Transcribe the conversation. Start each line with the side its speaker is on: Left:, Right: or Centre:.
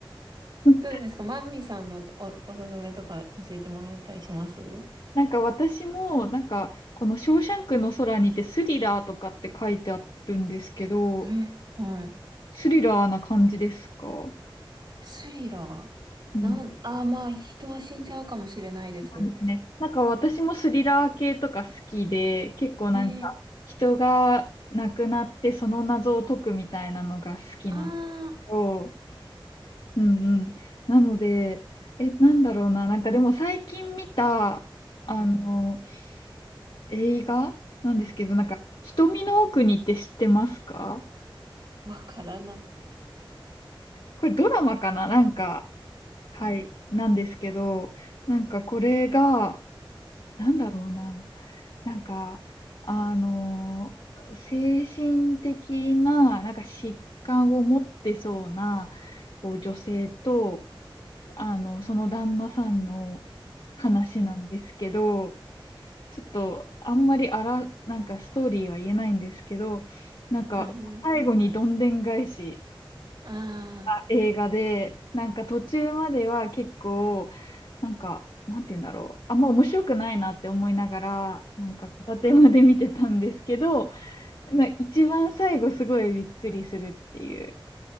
Left: <laughs>
Right: どうですかマミさんのお、おすすめとか教えてもらえたりします
Left: なんか私も、なんかこのショーシャンクの空にてスリラーとかって書いてあるんですけど、
Right: え、はい。
Left: スリラーな感じですか
Right: スリラー。
Left: うん
Right: なん、あー、まあ、人は死んじゃうかもしれないです。
Left: そうですね。なんか私もスリラー系とか好きで、結構なんか人が亡くなってその謎を解くみたいなのが好きなの
Right: ええあ
Left: と、うんうん。なので、え、なんだろうな。なんかでも最近見た、あの、
Right: あー、はい、
Left: 映画なんですけど、
Right: はい。
Left: なんか瞳の奥にって知ってますか
Right: わからない。
Left: これドラマかななんか、
Right: はい。
Left: はい、なんですけど、なんかこれが、なんだろうな。なんか、あの精神的な、なんか疾患を持ってそうな、こう、女性と、あの、その旦那さんの話なんですけど、
Right: うん、
Left: ちょっと、あんまりあら、なんかストーリーは言えないんですけど、なんか、
Right: うんうん。
Left: 最後にどんでん返し
Right: あ
Left: 映画で、なんか途中までは結構、なんか、なんて言うんだろう。あんま面白くないなって思いながら、なんか片手まで見てたんですけど、
Right: あ、
Left: まあ一番最後すごいびっくりするっていう